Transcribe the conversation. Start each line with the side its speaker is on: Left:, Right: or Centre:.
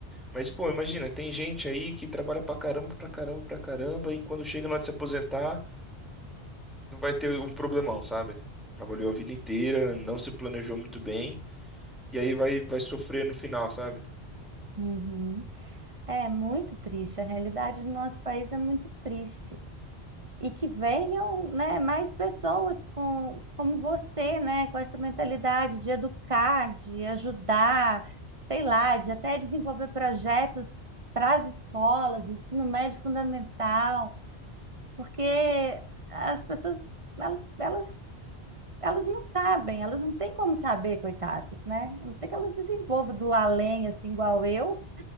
Centre: Mas, pô, imagina, tem gente aí que trabalha pra caramba, pra caramba, pra caramba, e quando chega na hora de se aposentar, vai ter um problemão, sabe? Trabalhou a vida inteira, não se planejou muito bem, e aí vai, vai sofrer no final, sabe?
Right: Uhum. É muito triste. A realidade do nosso país é muito triste. e que venham, né, mais pessoas com, como você, né, com essa mentalidade de educar, de ajudar, sei lá, de até desenvolver projetos para as escolas, ensino médio fundamental, porque as pessoas, el- elas, elas não sabem, elas não têm como saber, coitadas, né? A não ser que elas desenvolvam do além, assim, igual eu,